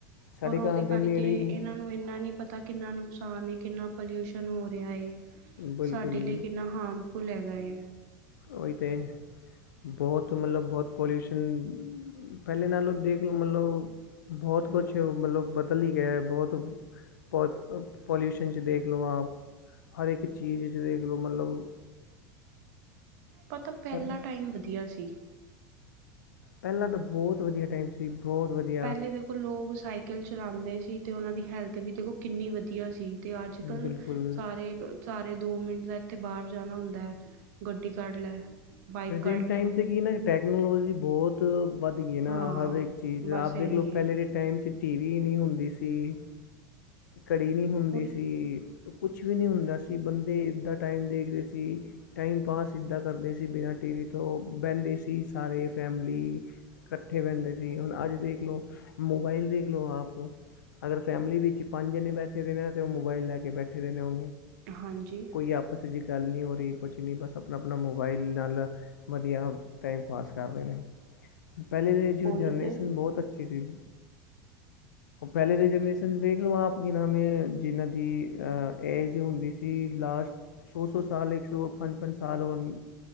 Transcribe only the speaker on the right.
ਔਰ ਉਹਦੇ
ਕਰਕੇ
ਇਹਨਾਂ
ਨੂੰ ਇਨਾਂ ਨੀ ਪਤਾ ਕਿੰਨਾ ਨੁਕਸਾਨ ਏ, ਕਿੰਨਾ ਪੋਲਿਊਸ਼ਨ ਹੋ ਰਿਆ ਏ।
ਸਾਡੇ ਲਈ ਕਿੰਨਾ ਹਾਰਮਫੁਲ ਹੈਗਾ ਏ।
ਪਤਾ ਪਹਿਲਾ
ਟਾਈਮ ਵਧੀਆ ਸੀ।
ਪਹਿਲੇ ਦੇਖੋ ਲੋਕ ਸਾਈਕਲ ਚਲਾਂਦੇ ਸੀ ਤੇ ਉਹਨਾਂ ਦੀ ਹੈਲਥ ਵੀ ਦੇਖੋ ਕਿੰਨੀ ਵਧੀਆ ਸੀ। ਤੇ ਅੱਜ-ਕਲ
ਸਾਰੇ ਅ ਸਾਰੇ ਦੋ ਮਿੰਟ ਦਾ ਇਥੇ ਬਾਰ ਜਾਣਾ ਹੁੰਦਾ ਐ। ਗੱਡੀ ਕਢ ਲੈ। ਬਾਈਕ
ਕੱਢ
ਲੈ
ਹਾਂ
ਬਸ
ਇਹੀ
ਹੈ
ਕੋਈ
ਹਾਂਜੀ।
ਉਹੀ
ਤੇ